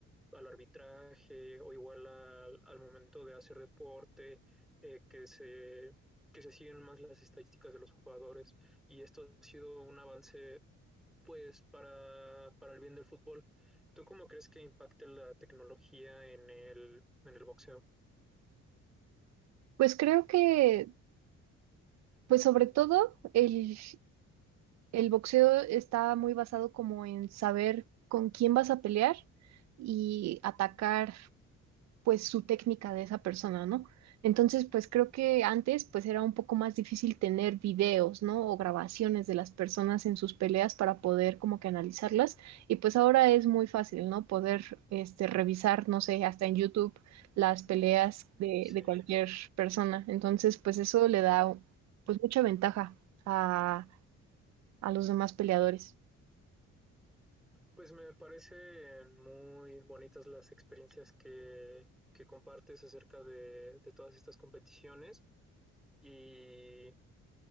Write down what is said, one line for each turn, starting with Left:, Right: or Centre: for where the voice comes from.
Centre: al arbitraje o igual al, al momento de hacer deporte, eh, que, se, que se siguen más las estadísticas de los jugadores y esto ha sido un avance pues para, para el bien del fútbol. ¿Tú cómo crees que impacte la tecnología en el, en el boxeo?
Right: Pues creo que, pues sobre todo, el, el boxeo está muy basado como en saber con quién vas a pelear y atacar pues su técnica de esa persona, ¿no? Entonces, pues creo que antes pues era un poco más difícil tener videos, ¿no? O grabaciones de las personas en sus peleas para poder como que analizarlas y pues ahora es muy fácil, ¿no? Poder este revisar, no sé, hasta en YouTube las peleas de,
Centre: Sí,
Right: de cualquier persona. Entonces, pues eso le da pues mucha ventaja a, a los demás peleadores.
Centre: pues me parecen muy bonitas las experiencias que, que compartes acerca de, de todas estas competiciones y